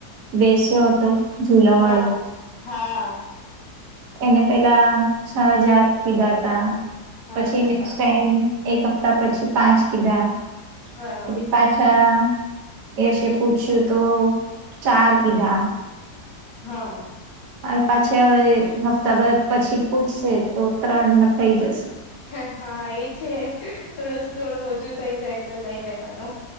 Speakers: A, on the right (about 85°); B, on the left (about 65°).
A: બેસ્યો હતો જુલા
B: હા
A: વાળો.
B: હા.
A: એને પેલા છ હજાર કીધા હતા પછી
B: અચ્છા
A: નેક્સ્ટ ટાઈમ. એક હપ્તા પછી પાંચ કીધા,
B: અ
A: પછી પાંચ અચ્છા એશે પૂછ્યું તો ચાર કીધા.
B: હા.
A: હ પાછા હ હપ્તાભર પછી પૂછશે તો ત્રણમાં થઈ જશે.
B: હ હા એ છે થોડો થોડું ઓછું થઈ જાય તો લઈ લેવાનું.